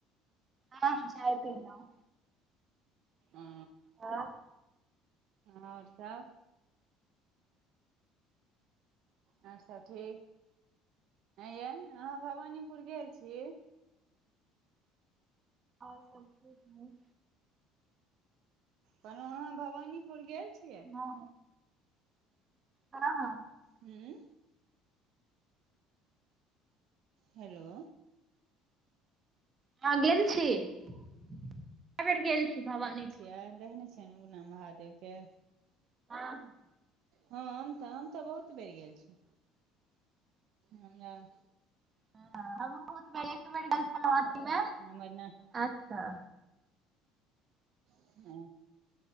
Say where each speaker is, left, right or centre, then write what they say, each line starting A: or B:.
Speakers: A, on the right; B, on the right.
A: ह हम चाय पीलौ।
B: उ उ
A: हँ
B: और सब और सब ठीक आहाँ भवानीपुर गेल छी।
A: और सब ठीक हैय।
B: कहलौ आहाँ भवानीपुर गेल छियै?
A: हँ हँ हँ।
B: हूँ। हेलो।
A: हँ गेल छी। <unintelligible> गेल छी भवानीपुर।
B: <unintelligible> नैय उगना महादेव के
A: <unintelligible>
B: हम तऽ हम तऽ बहुत बेर गेल छी। हम नैय।
A: त हमहुँ बहुत बेर एक बेर गेल छेलै। अथ मे
B: हमर न
A: अच्छा।
B: हँ